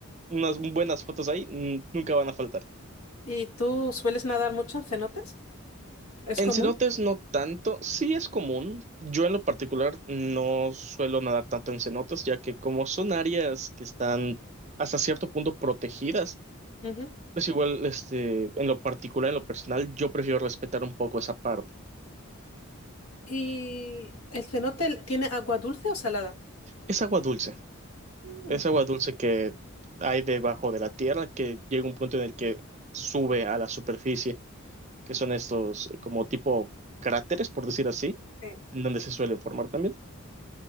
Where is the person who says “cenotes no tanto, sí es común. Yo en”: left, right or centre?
Right